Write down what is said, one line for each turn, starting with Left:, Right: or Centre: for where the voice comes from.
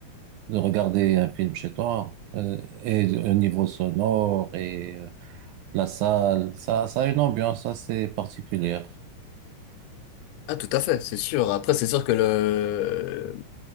Right: de regarder un film chez toi. Euh, et au niveau sonore et euh, la salle, ça, ça a une ambiance assez particulière.
Left: Ah, tout à fait, c'est sûr. Après, c'est sûr que le